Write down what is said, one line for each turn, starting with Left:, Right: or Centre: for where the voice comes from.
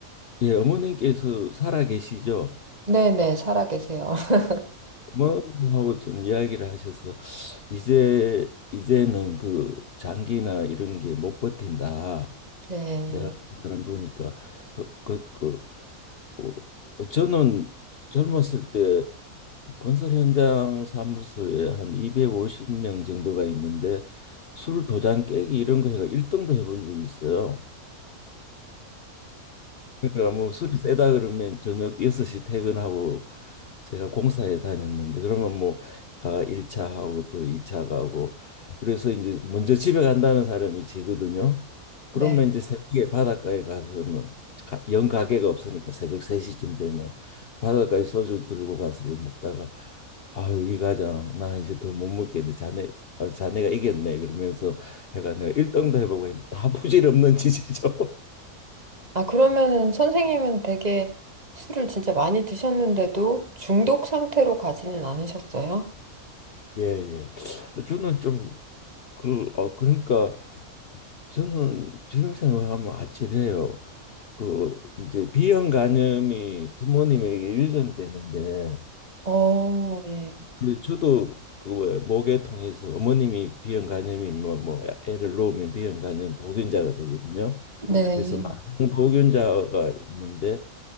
Left: 예 어머님께서 살아 계시죠?
Right: 네네, 살아계세요. <laughs>
Left: 뭐 하고 좀 이야기를 하셔서 이제 이제는 그 장기나 이런 게 못 버틴다.
Right: 네,
Left: 내가 그 사람 보니까 그 그 그 어, 어, 저는 젊었을 때 건설 현장 사무소에 한 250명 정도가 있는데 술 도장 깨기 이런 거 해가 1등도 해본 적이 있어요. 그러니까 뭐 술이 세다 그러면 저녁 6시 퇴근하고 제가 공사에 다녔는데 그러면 뭐 가 1차 하고 또 2차 가고 그래서 이제 먼저 집에 간다는 사람이 지거든요. 그러면
Right: 네.
Left: 이제 새벽에 바닷가에 가서는 가- 영 가게가 없으니까 새벽 3시쯤 되면 바닷가에 소주 들고 가서 이 먹다가 아유 이 과장 나 이제 더 못 먹겠네 자네 어, 자네가 이겼네 그러면서 해가 내가 일등도 해보고 했는데 다 <laughs> 부질없는 짓이죠.
Right: 아, 그러면은 선생님은 되게 술을 진짜 많이 드셨는데도 중독 상태로 가지는 않으셨어요?
Left: 예, 예. 저는 좀 그, 어, 그러니까 저는 지금 생각하면 아찔해요. 그 이제 B형 간염이 부모님에게 유전되는데
Right: 어, 예.
Left: 그 저도 그 뭐야, 목에 통해서 어머님이 B형 간염이 뭐, 뭐 애를 낳으면 B형 간염 보균자가 되거든요.
Right: 네.
Left: 그래서 많은 보균자가 있는데